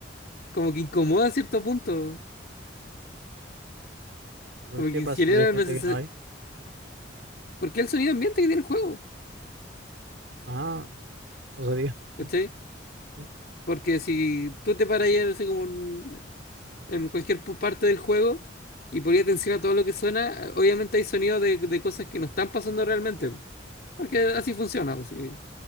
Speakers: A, on the left; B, on the right.
A: como que incomoda a cierto punto.
B: ¿Y por
A: Como
B: qué
A: que
B: paso
A: genera
B: si hay gente
A: una sensación...
B: que no hay?
A: Porque es el sonido ambiente que tiene el juego,
B: Ah, no sabía.
A: ¿cachai?
B: <laughs> Sí,
A: Porque si tú te paras ahí, no sé, como en, en cualquier pu- parte del juego y ponías atención a todo lo que suena, eh, obviamente hay sonidos de, de cosas que no están pasando realmente. Porque así funciona, pues, sí,